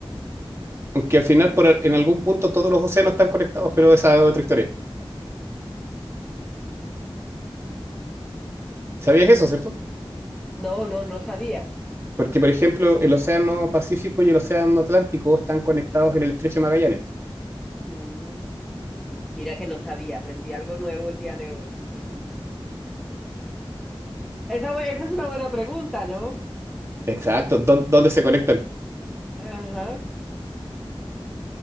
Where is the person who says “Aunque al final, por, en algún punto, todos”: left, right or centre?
Right